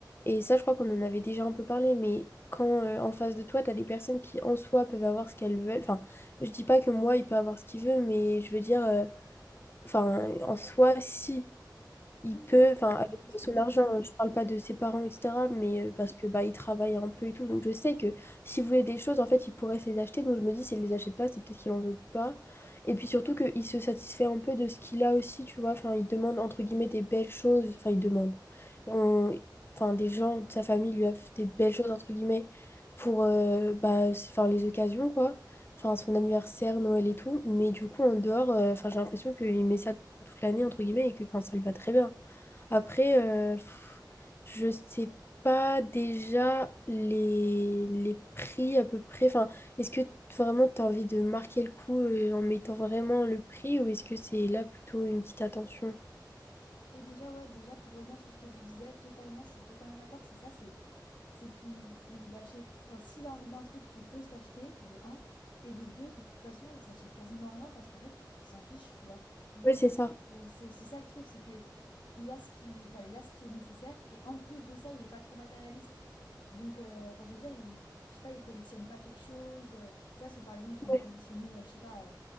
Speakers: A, on the left (about 30°); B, on the left (about 80°).
A: Et ça, je crois qu'on en avait déjà un peu parlé. Mais quand euh, en face de toi, tu as des personnes qui, en soi, peuvent avoir ce qu'elles veulent. Enfin, je dis pas que moi, il peut avoir ce qu'il veut, mais je veux dire. euh, Enfin, en soi, si, il
B: Oui,
A: peut,
B: il a déjà
A: enfin,
B: un
A: avec
B: peu tout ce qu'il
A: son
B: veut.
A: argent, euh, je parle pas de ses parents, etc., mais euh, parce que bah, il travaille un peu et tout. Donc, je sais que s'il voulait des choses, en fait, il pourrait se les acheter. Donc, je me dis, s'il les achète pas, c'est peut-être qu'il en veut pas. Et puis surtout qu'il se satisfait un peu de ce qu'il a aussi, tu vois. Enfin, il demande, entre guillemets, des belles choses. Enfin, il demande. On- Enfin, des gens de sa famille lui offrent des belles choses, entre guillemets, pour euh, bah, s- enfin, les occasions, quoi enfin son anniversaire, Noël et tout, mais du coup en dehors, euh, enfin j'ai l'impression qu'il met ça toute l'année, entre guillemets, et que enfin, ça lui va très bien. Après, euh, pff, je sais pas déjà les, les prix à peu près. Enfin, est-ce que t- vraiment tu as envie de marquer le coup euh, en mettant vraiment le prix ou est-ce que c'est là plutôt une petite attention?
B: Et déjà, ouais, déjà pour revenir sur ce que tu disais, totalement, je suis totalement d'accord, c'est ça, c'est c'est qu'il il achète, enfin s'il a envie d'un truc, il peut se l'acheter, de un, et de deux, de toute façon, il s'achète quasiment rien parce qu'en fait, il s'en fiche, tu vois. Donc
A: Ouais,
B: dans le
A: c'est
B: sens
A: ça.
B: où c'est aussi ça le truc, c'est que il a ce qui lui, enfin il a ce qui est nécessaire, et en plus de ça, il est pas trop matérialiste. Donc, euh, enfin je veux dire, il, je sais pas, il collectionne pas quelque chose, euh, tu vois, c'est par exemple qu'ils vont
A: Ouais,
B: collectionner, euh, je sais pas, euh,